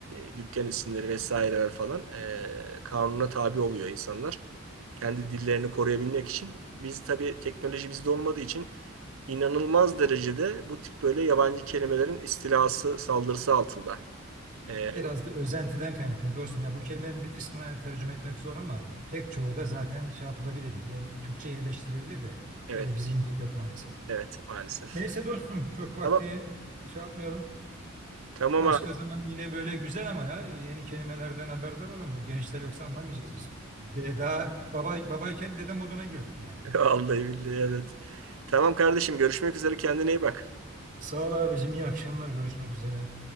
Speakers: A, on the right; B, on the right.
A: e, dükkan isimleri vesaireler falan e, kanuna tabi oluyor insanlar. Kendi dillerini koruyabilmek için. Biz tabii teknoloji bizde olmadığı için inanılmaz derecede bu tip böyle yabancı kelimelerin istilası saldırısı altında. E,
B: Biraz da özentiden kaynaklanıyor dostum. Ya bu kelimelerin bir kısmını hani tercüme etmek zor ama pek çoğu da zaten şey yapılabilir. Yer, Türkçe yerleştirilebilir de
A: evet
B: öyle bir zihniyet yok maalesef.
A: evet maalesef.
B: Neyse dostum çok vakti
A: Tamam
B: şey yapmayalım.
A: tamam
B: Başka
A: abi
B: zaman yine böyle güzel ama ya yeni kelimelerden haberdar olun. Bu gençler yoksa anlamayacağız biz. Deda baba babayken dede moduna girdik yani.
A: <laughs> vallahi billahi evet. Tamam kardeşim görüşmek üzere kendine iyi bak.
B: Sağ ol abicim, iyi akşamlar. Görüşmek üzere.